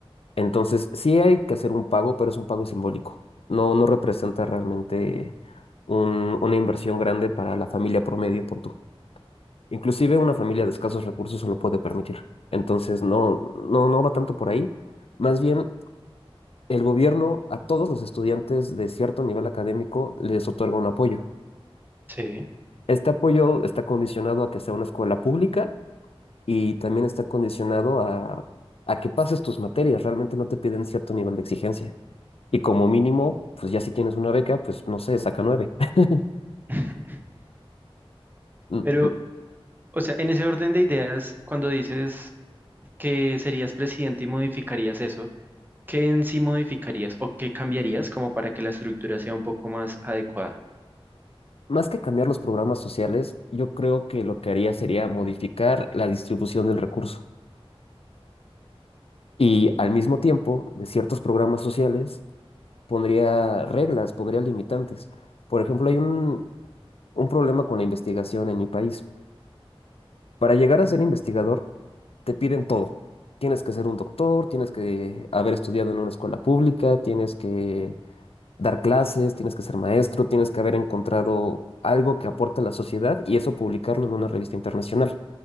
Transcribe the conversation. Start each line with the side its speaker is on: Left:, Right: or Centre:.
Left: Entonces, sí hay que hacer un pago, pero es un pago simbólico. No, no representa realmente un- una inversión grande para la familia promedio, pon tú. Inclusive una familia de escasos recursos se lo puede permitir. Entonces, no, no, no va tanto por ahí. Más bien, el gobierno a todos los estudiantes de cierto nivel académico les otorga un apoyo.
Right: Sí.
Left: Este apoyo está condicionado a que sea una escuela pública y también está condicionado a, a que pases tus materias. Realmente no te piden cierto nivel de exigencia. Y como mínimo, pues ya si tienes una beca, pues no sé, saca nueve. <laughs>
Right: <laughs>
Left: M-
Right: Pero,
Left: m-
Right: o sea, en ese orden de ideas, cuando dices que serías presidente y modificarías eso, ¿qué en sí modificarías o qué cambiarías como para que la estructura sea un poco más adecuada?
Left: Más que cambiar los programas sociales, yo creo que lo que haría sería modificar la distribución del recurso. Y al mismo tiempo, de ciertos programas sociales, pondría reglas, pondría limitantes. Por ejemplo, hay un, un problema con la investigación en mi país. Para llegar a ser investigador, te piden todo. Tienes que ser un doctor, tienes que haber estudiado en una escuela pública, tienes que dar clases, tienes que ser maestro, tienes que haber encontrado algo que aporte a la sociedad y eso publicarlo en una revista internacional.